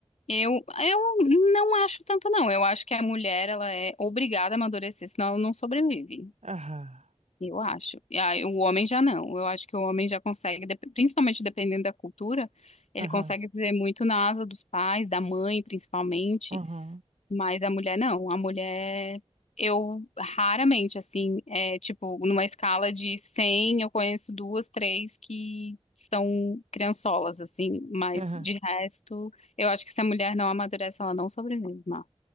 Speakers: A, on the left (about 75°); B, on the right (about 80°).
A: Eu, eu não acho tanto, não. Eu acho que a mulher, ela é obrigada a amadurecer, senão ela não sobrevive.
B: Aham,
A: Eu acho. E aí, o homem já não. Eu acho que o homem já consegue, dep- principalmente dependendo da cultura, ele
B: aham,
A: consegue viver muito na asa dos pais, da mãe, principalmente.
B: aham,
A: Mas a mulher não. A mulher, eu raramente, assim, é tipo, numa escala de 100, eu conheço duas, três que são criançolas, assim. Mas
B: aham.
A: de resto, eu acho que se a mulher não amadurece, ela não sobrevive, Marta.